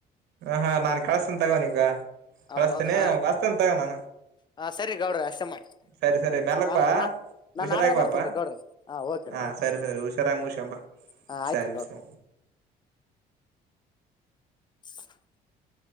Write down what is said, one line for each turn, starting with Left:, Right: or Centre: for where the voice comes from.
Right: ಹ ಹಾ ನಾನು ಕಳಸ್ತಿನ ತಗೋ ಅವನೀಗ ಕಳಸ್ತಿನಿ
Left: ಹೌದ್ ಹೌದ್ರಿ ಹಾ
Right: ಹಸ್ತನ ತಗೋ ನಾನ.
Left: ಹಾ ಸರಿ ಗೌಡ್ರ ಅಷ್ಟೆ ಮಾಡ್ರಿ
Right: ಸರಿ ಸರಿ ಮ್ಯಾಲಕ್
Left: ನಾನ್
Right: ಬಾ
Left: ನಾ ನಾನ್
Right: ಹುಷಾರಾಗಿ
Left: ನಾಡದ
Right: ಬಾಪಾ
Left: ಬರ್ತೇನ್ ರೀ ಗೌಡ್ರಿ ಹ ಓಕೆ ರಿ.
Right: ಹಾ
Left: ಕೆ
Right: ಸರಿ
Left: ಗೌ
Right: ಸರಿ ಹುಷಾರಾಗಿ ಮುಗಸ್ಕೊಂಬಾ
Left: ಹ ಆಯ್ತ್
Right: ಸರಿ
Left: ರೀ ಗೌಡ್ರ.
Right: ಸರಿ
Left: <inaudible>